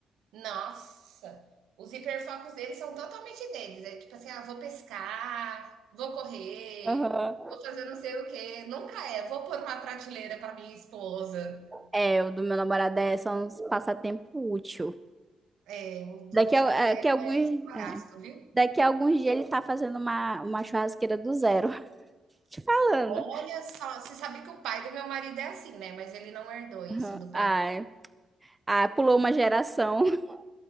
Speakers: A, on the right; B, on the right.
A: Nossa, os hiperfocos dele são totalmente deles, é tipo assim: "Ah, vou pescar, vou correr,
B: Aham.
A: vou fazer não sei o quê", nunca é: "Vou pôr uma prateleira para minha esposa".
B: É, o do meu namorado é só um passatempo útil.
A: É, o do
B: Daqui
A: os
B: a,
A: do meu
B: a- que alguns,
A: é só
B: é.
A: gasto, viu.
B: Daqui a alguns dias ele tá fazendo uma, uma churrasqueira do zero. <laughs> Falando.
A: Olha só, você sabe que o pai do meu marido é assim, né, mas ele não herdou isso
B: Uhum.
A: do pai
B: Ai,
A: dele.
B: ah, pulou uma geração. <laughs>